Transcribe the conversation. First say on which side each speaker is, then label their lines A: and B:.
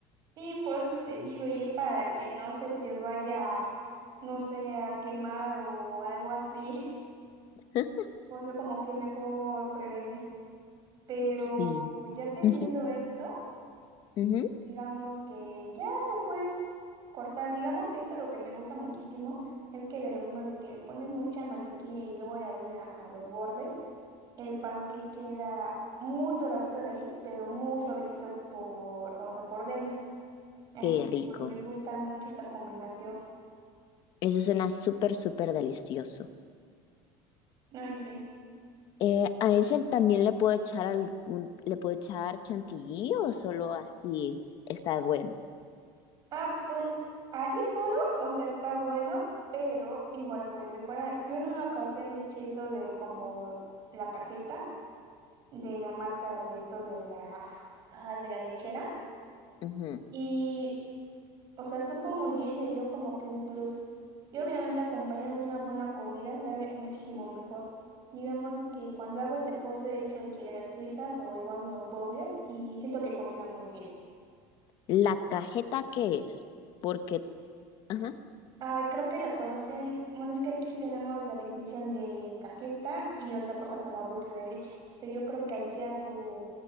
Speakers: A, on the right; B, on the left.
A: Sí, por eso te digo, y es para que no se te vaya, no sé, a quemar o algo así. <laughs>
B: <laughs>
A: Pues lo como que mejor prevenir. Pero
B: Sí.
A: ya teniendo
B: Ujú,
A: esto,
B: ujú.
A: Digamos que ya lo puedes cortar. Digamos que esto es lo que me gusta muchísimo es que de lo mismo de que le pones mucha mantequilla y luego la harina a los bordes, el panque queda muy doradito de ahí, pero muy suavecito por, o sea, por dentro. Así
B: Qué
A: que
B: rico.
A: pues, me gusta mucho esta combinación.
B: Eso suena súper, súper delicioso.
A: Ay, sí.
B: Eh, a ese también le puedo echar algún, le puedo echar chantilly o solo así está bueno.
A: Ah, pues así solo, o sea, está bueno, pero igual lo puedes decorar. Yo en una ocasión le eché eso de como la cajeta. de la marca de estos de la, ay, de la lechera.
B: Ujú.
A: Y, o sea, supo muy bien, le dio como que un plus. Y obviamente acompañado de una buena comida sabe muchísimo mejor. Digamos que cuando hago este postre he hecho enchiladas suizas o igual unos bowls y siento que combina muy bien.
B: La cajeta qué es, porque, ajá,
A: Ay, creo que la conocen. Bueno, es que aquí tenemos la definición de cajeta y otra cosa como dulce de leche. Pero yo creo que allá su